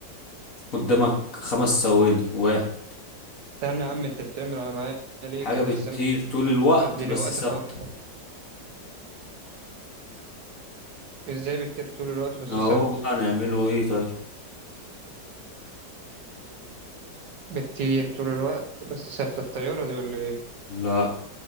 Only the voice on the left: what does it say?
قدامك خمس ثواني واحد
حاجة
بتطير
طول الوقت
بس
ثابتة
اهو
بقى نعمله ايه طيب
لا